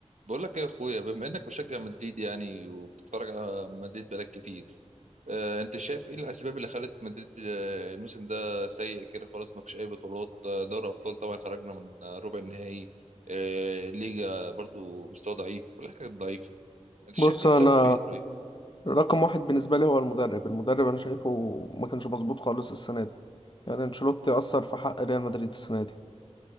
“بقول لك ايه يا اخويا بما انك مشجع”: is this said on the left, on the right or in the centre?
Right